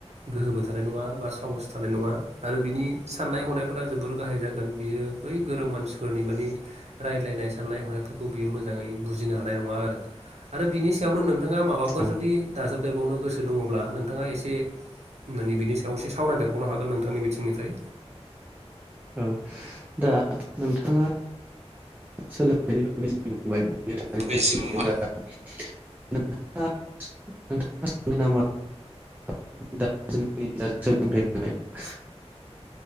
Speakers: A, on the right (about 75°); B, on the right (about 15°).
A: गोहोबो थानाय नङा बा साहस थानाय नङा आरो बिनि साननाय हनायफोरा जोबोर गाहाय जागोन बियो बै गोरों मानसिफोरनि मानि रायजलायनाय साननाय हनायफोरखौ बियो मोजाङै बु जिनो हानाय नङा आरो आरो बिनि सायावनो नों थाङा माबाफोर
B: औ
A: जुदि दाजोब देरबावनो गोसो दङब्ला नोंथाङा एसे माने बिनि सायाव एसे सावरायदेरबावनो हागोन नोंथांनि बिथिंनिफ्राय
B: औ दा नोंथाङा <unintelligible>
A: बे जिबौआ
B: <unintelligible> <unintelligible>